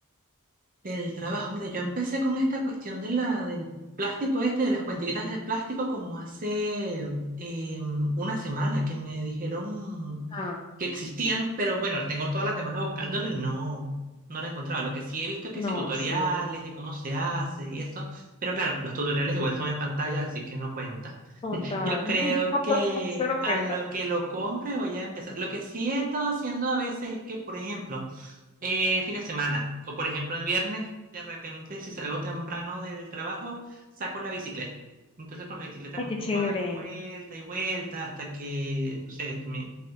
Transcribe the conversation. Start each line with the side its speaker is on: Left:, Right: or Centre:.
Right: del trabajo. Mira, yo empecé con esta cuestión de la, del plástico este, de las cuentiquitas de plástico, como hace eh, una semana que me dijeron
Left: Ah,
Right: que existían, pero bueno, tengo toda la semana buscándolo y no, no la encontraba. Lo que sí he visto es que
Left: no,
Right: sí, tutoriales
Left: sí,
Right: de cómo se hace y eso, pero claro, los tutoriales igual son en pantalla, así que no cuenta.
Left: total.
Right: <laughs> Yo creo
Left: <laughs>
Right: que
Left: Se lo
Right: a
Left: cuenta.
Right: lo que lo compre voy a empezar. Lo que sí he estado haciendo a veces es que, por ejemplo, Eh, fin de semana. O por ejemplo, el viernes, de repente, si salgo temprano del trabajo, saco la bicicleta. Entonces con la bicicleta
Left: Ay,
Right: me
Left: qué
Right: pongo
Left: chévere.
Right: a dar vuelta y vuelta hasta que, no sé, me,